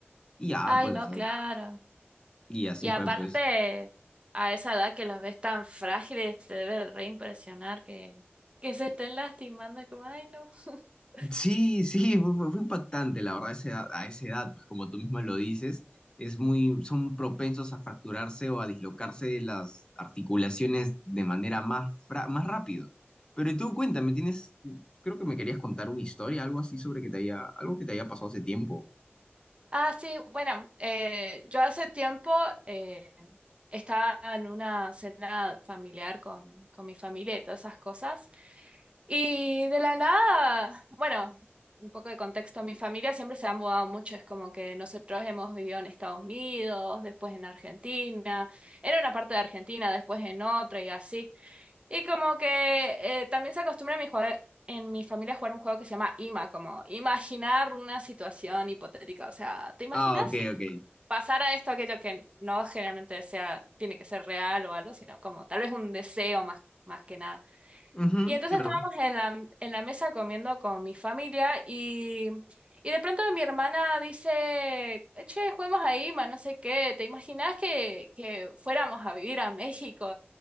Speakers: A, on the left; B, on the right.
A: Y ya,
B: Ay,
A: pues,
B: no,
A: o sea,
B: claro.
A: y así
B: Y
A: fue,
B: aparte,
A: pues.
B: a esa edad que los ves tan frágiles, te debe de re impresionar que, que se estén lastimando. Es Como, ay, no. <laughs>
A: Sí, sí, fue, fue- fue impactante, la verdad, a esa edad, a esa edad, pues como tú misma lo dices, es muy, son propensos a fracturarse o a dislocarse las articulaciones de manera más, fra- más rápido. Pero tú cuéntame, tienes, creo que me querías contar una historia, algo así sobre que te haya, algo que te haya pasado hace tiempo.
B: Ah, sí, bueno, eh, yo hace tiempo eh, estaba en una cena familiar con, con mi familia y todas esas cosas. Y de la nada, bueno, un poco de contexto, mi familia siempre se ha mudado mucho, es como que nosotros hemos vivido en Estados Unidos, después en Argentina, en una parte de Argentina, después en otra y así. Y como que eh, también se acostumbra en mi, jue- en mi familia a jugar un juego que se llama IMA, como imaginar una situación hipotética, o sea, ¿te imaginas
A: Ah, ok,
B: si
A: ok.
B: pasara esto, aquello que no generalmente sea, tiene que ser real o algo, sino como tal vez un deseo más, más que nada?
A: Ujú,
B: Y entonces
A: claro.
B: estábamos en la, en la mesa comiendo con mi familia y, y de pronto mi hermana dice, che, juguemos a IMA, no sé qué, ¿te imaginás que, que fuéramos a vivir a México?